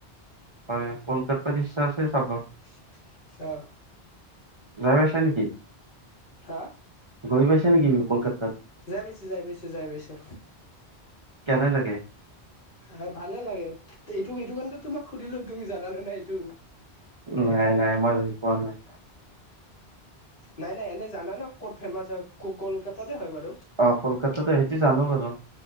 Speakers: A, on the right; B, on the left.
A: হয় কলকাতাত ইচ্ছা আছে চাব
B: <unintelligible> অ'।
A: যাব আছে নেকি?
B: হা?
A: গৈ পাইছে নিকি কলকাত
B: যাই পাইছো যাই পাইছো যাই পাইছো।
A: কেনে লাগে?
B: অ' ভালে লাগে এইটো এইটো কাৰণেইটো তোমাক সুধিলো তুমি জানানে নাই এইটো।
A: নাই নাই মই যাই পোৱা নাই।
B: নাই নাই এনেই জানা ন', ক'ত ফেমাচ হয় ক কলকাতাতে হয় বাৰু।
A: অ' কলকতাতে সেইটো জানো বাৰু।